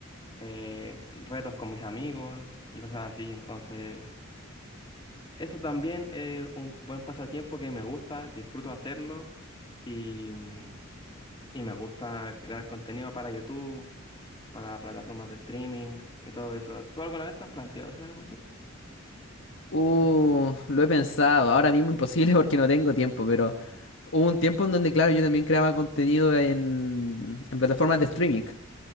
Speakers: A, on the left; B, on the left.
A: eh, retos con mis amigos y cosas así. Entonces, eso también es un buen pasatiempo que me gusta, disfruto hacerlo y, mm, y me gusta crear contenido para YouTube, para plataformas de streaming y todo eso. ¿Tú alguna vez te has planteado hacer algo así?
B: Uh, lo he pensado. Ahora mismo imposible <laughs> porque no tengo tiempo, pero hubo un tiempo en donde, claro, yo también creaba contenido en, en plataformas de streaming.